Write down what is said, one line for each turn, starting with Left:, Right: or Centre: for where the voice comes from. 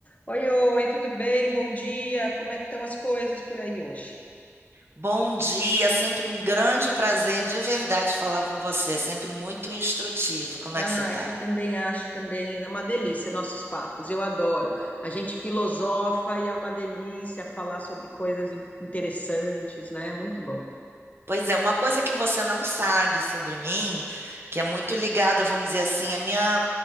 Left: Oi, oi, tudo bem? Bom dia. Como é que estão as coisas por aí hoje?
Right: Bom dia, sempre um grande prazer de verdade falar com você, sempre muito instrutivo. Como
Left: Ah,
Right: é que você está?
Left: aqui também acho também é uma delícia nossos papos. Eu adoro. A gente filosofa e é uma delícia falar sobre coisas in- interessantes, né? Muito bom.
Right: Pois é, uma coisa que você não sabe sobre mim, que é muito ligada, vamos dizer assim, à minha,